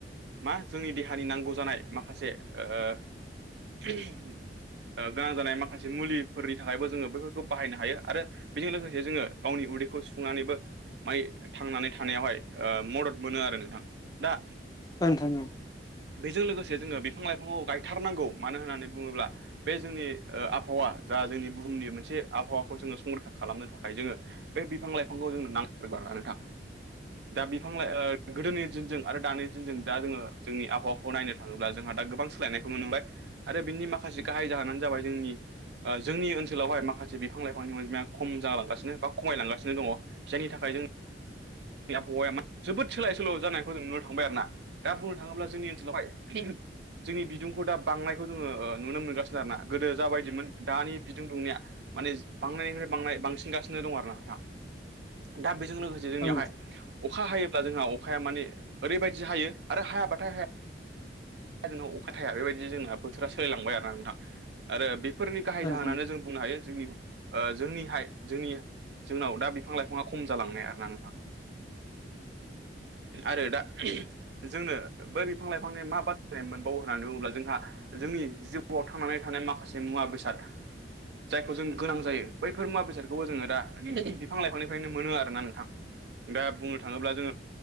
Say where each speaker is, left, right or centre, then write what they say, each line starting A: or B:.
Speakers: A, on the right; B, on the left.
A: मा जोंनि देहानि नांगौ जानाय माखासे ओ <unintelligible> ओ गोनां जानाय माखासे मुलिफोरनि थाखायबो जोङो बैफोरखौ बाहायनो हायो आरो बेजों लोगोसे जोङो गावनि उदैखौ सुफुंनानैबो माय थांनानै थानायावहाय ओ मदद मोनो आरो नोंथां दा
B: ओ नोंथां औ
A: बेजों लोगोसे जोङो बिफां लाइफाङाव गायथारनांगौ मानो होननानै बुङोब्ला बे जोंनि ओ आबहावा जा जोंनि बुहुमनि मोनसे आबहावाखौ जोङो संरैखा खालामनो थाखाय जोङो बे बिफां लाइफांखौ जोंनो नांथारगौ आरोना नोंथां। दा बिफां लाइ ओ गोदोनि दिनजों आरो दानि दिनजों दा जोङो जोंनि आबहावाखौ नायनो थाङोब्ला जोंहा दा गोबां सोलायनायखौ नुनो मोनबाय। आरो बिनि माखासे गाहाय जाहोनानो जाबाय जोंनि ओ जोंनि ओनसोलावहाय माखासे बिफां लाइफांनि अनजिमाया खम जालांगासिनो बा खमायलांगासिनो दङ। जायनि थाखाय जों नि आबहावाया मा जोबोद सोलाय सोल' जानायखौ जों नुनो थांबाय आरो ना दा बुंनो थाङोब्ला जोंनि ओन <unintelligible> जोंनि बिदुंखौ दा बांनायखौ जोङो ओ नुनो मोनगासिनो आरोना गोदो जाबायदिमोन दानि बिदुं दुंनाया माने बांनायनिफ्राय बांनाय बांसिनगासिनो दं आरो ना नोंथां दा बेजों लोगो जोंनियावहाय
B: औ
A: अखा हायोब्ला जोंहा अखाया माने ओरैबायदि हायो आरो हायाबाथाय हाया जोंनाव अखा थाया बेबायदि जोंना बोथोरा सोलायलांबाय आरो ना नोंथां आरो बेफोरनि गाहाय जाहोनानो
B: नोंथां
A: जों बुंनो हायो जोंनि ओ जोंनिहाय जोंनि जोंनाव दा बिफां लाइफाङा खम जालांनाय आरोना नोंथां। आरो दा जोंनो बै बिफां लाइफांनि मा <unintelligible> मोनबावो होननानै बुङोब्ला जोंहा जोंनि जिउआव थांनानै थानाय माखासे मुवा बेसाद जायखौ जों गोनां जायो बैफोर मुवा बेसादखौबो जोङो दा बिफां लाइफांनिफ्रायनो मोनो आरोना नोंथां। दा बुंनो थाङोब्ला जोङो